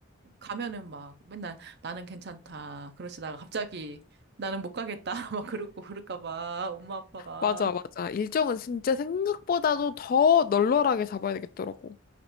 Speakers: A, on the right; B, on the left.
A: 가면은 막 맨날 나는 괜찮다. 그러시다가 갑자기 나는 못 가겠다. <laughs> 막 그러고 그럴까 봐. 엄마 아빠가.
B: 맞아, 맞아. 일정은 진짜 생각보다도 더 널널하게 잡아야 되겠더라고.